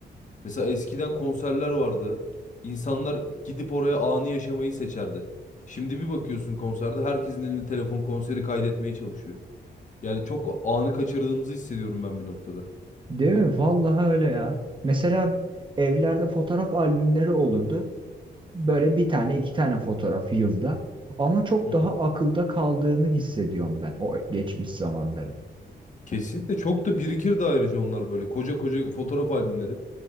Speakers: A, on the left (about 45°); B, on the right (about 25°).
A: Mesela eskiden konserler vardı. İnsanlar gidip oraya anı yaşamayı seçerdi. Şimdi bir bakıyorsun konserde herkesin elinde telefon konseri kaydetmeye çalışıyor. Yani çok anı kaçırdığımızı hissediyorum ben bir noktada.
B: Değil mi? Vallahi öyle ya. Mesela evlerde fotoğraf albümleri olurdu. Böyle bir tane iki tane fotoğraf yılda. Ama çok
A: Hı hı.
B: daha akılda kaldığını hissediyorum ben o geçmiş zamanların.
A: Kesinlikle çok da birikir de ayrıca onlar böyle. Koca koca fotoğraf albümleri.